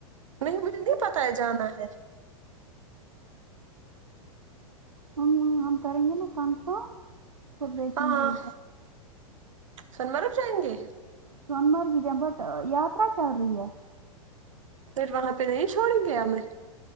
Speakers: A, on the right; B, on the right.
A: نہیں مجھے نہیں پتا ہے جانا ہے
B: ہم ہم کریں گے نا کنفرم سب
A: ہاں ہاں
B: گیے
A: سنمرگ جائیں گے
B: سون مرگ جا بٹ یاترا چل رہی ہے
A: پھر وہاں پے نہیں چھوڑیں گے ہمیں